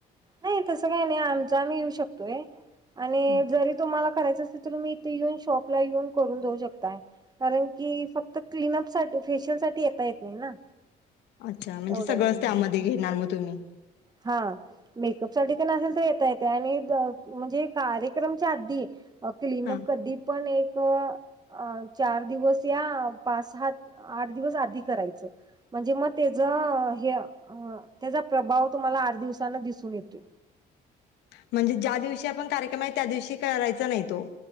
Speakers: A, on the right; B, on the left.
A: नाही तसं काही नाही आमच आम्ही येऊ शकतोय, आणि
B: हा,
A: जरी तुम्हाला करायचं अस तर तुम्ही इथे येऊन शॉपला येऊन करून जाऊ शकताय. कारण की, फक्त क्लीनअप साठी फेशियल साठी येता येत नाही ना.
B: अच्छा म्हणजे
A: एवढ्या
B: सगळंच
A: लांब.
B: त्यामध्ये घेणार म तुम्ही.
A: हा मेकअप साठी तेन असेल तर येता येतय आणि त म्हणजे कार्यक्रमच्या आधी अ क्लीनअप
B: हा
A: कधी पण एक अ अ चार दिवस या पाच, सहा, आठ दिवस आधी करायचं. म्हणजे मग त्याच हे अ त्याचा प्रभाव तुम्हाला आठ दिवसांन दिसून येतोय.
B: म्हणजे ज्या दिवशी आपण कार्यक्रम आहे त्या दिवशी करायचा नाही तो.